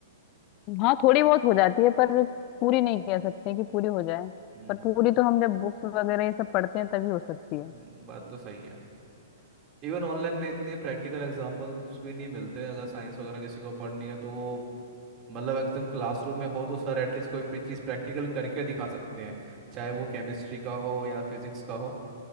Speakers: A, on the left (about 35°); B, on the right (about 30°).
A: हाँ थोड़ी बहुत हो जाती है पर पूरी नहीं कह सकते कि पूरी हो जाए
B: हम्म
A: पर पूरी तो हम जब बुक्स वगैरह ये सब पढ़ते हैं तभी हो सकती है
B: हम्म, बात तो सही है इवन ऑनलाइन में इतने प्रैक्टिकल एग्जाम्पल्स भी नहीं मिलते अगर साइंस वगैरह किसी को पढ़नी है तो मतलब एकदम क्लासरूम में हो तो सर एटलीस्ट कोई प्री- चीज़ प्रैक्टिकल करके दिखा सकते हैं चाहे वो केमिस्ट्री का हो या फिजिक्स का हो